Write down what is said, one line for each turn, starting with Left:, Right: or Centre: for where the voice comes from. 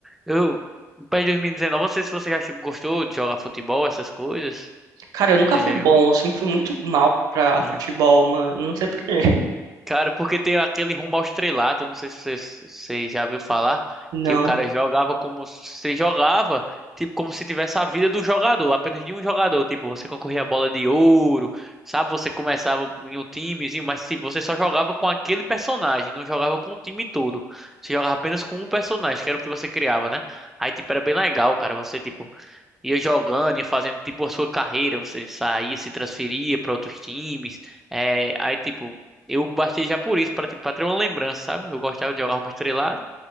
Centre: eu, o PES 2019, não sei se você já gostou de jogar futebol, essas coisas.
Right: Cara,
Centre: Não
Right: eu nunca
Centre: sei se
Right: fui
Centre: você já
Right: bom,
Centre: jogou.
Right: eu sempre fui muito mal pra
Centre: Ah.
Right: futebol, mano. Não sei por quê. <laughs>
Centre: Cara, porque tem aquele rumo ao estrelato, não sei se você, você já viu falar,
Right: Não.
Centre: que o cara jogava como se jogava, tipo, como se tivesse a vida do jogador, apenas de um jogador. Tipo, você concorria a bola de ouro, sabe? Você começava em um timezinho, mas tipo, você só jogava com aquele personagem, não jogava com o time todo. Você jogava apenas com um personagem, que era o que você criava, né? Aí, tipo, era bem legal, cara. Você, tipo, ia jogando, ia fazendo tipo a sua carreira, você saía, se transferia para outros times. É, aí tipo, eu baixei já por isso, para tipo, pra ter uma lembrança, sabe? Eu gostava de jogar uma estrelada.